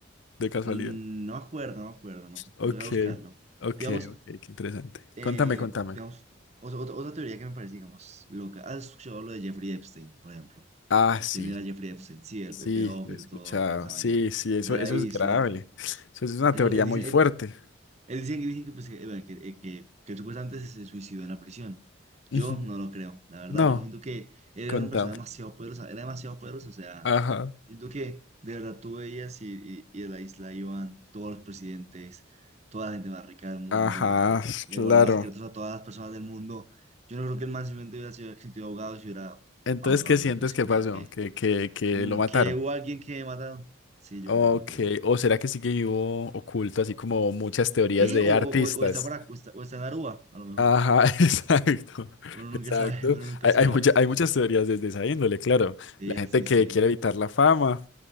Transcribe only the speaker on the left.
de casualidad?
Ok,
ok,
ok, qué interesante.
Contame, contame.
Ah, sí,
sí,
lo he escuchado.
Sí,
sí, eso,
eso
es grave. Eso es una
teoría
muy fuerte.
Ujú.
No,
contame.
Ajá,
ajá,
claro.
Entonces,
¿qué sientes
que pasó?
¿Que, que, que
lo mataron?
Ok,
o será que sigue vivo oculto, así como muchas teorías
de
artistas?
Ajá, <laughs> exacto,
exacto.
Hay,
hay, mucha- hay muchas teorías desde esa índole, claro.
La gente
que
quiere evitar la fama,